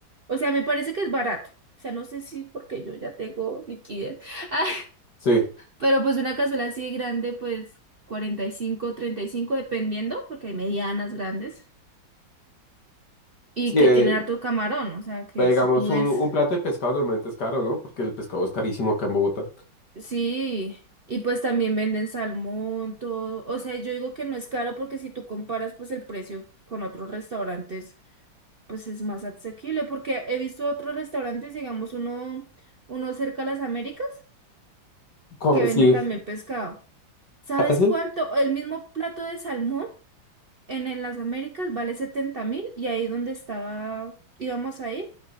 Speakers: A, on the right; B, on the left.
A: O sea, me parece que es barato. O sea, no sé si porque yo ya tengo liquidez. <laughs> Ah,
B: Sí,
A: pero pues una cazuela así grande, pues cuarenta y cinco treinta y cinco dependiendo, porque hay medianas grandes y
B: sí,
A: que
B: eh,
A: tienen harto camarón. O sea, que
B: pero digamos,
A: si tú ves,
B: un, un plato de pescado normalmente es caro, ¿no? Porque el pescado es carísimo acá en Bogotá.
A: sí. Y pues también venden salmón, todo. O sea, yo digo que no es caro porque si tú comparas pues el precio con otros restaurantes, pues es más asequible. Porque he visto otros restaurantes, digamos uno, uno cerca a las Américas.
B: ¿Cómo?
A: que vende
B: Sí,
A: también pescado. ¿Sabes
B: ¿Ah, sí?
A: cuánto? El mismo plato de salmón en, en las Américas vale setenta mil y ahí donde estaba, íbamos a ir,